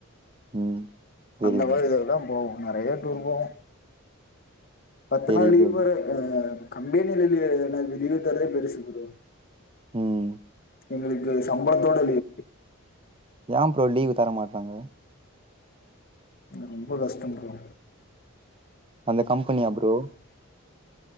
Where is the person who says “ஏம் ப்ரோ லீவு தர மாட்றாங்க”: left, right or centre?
Right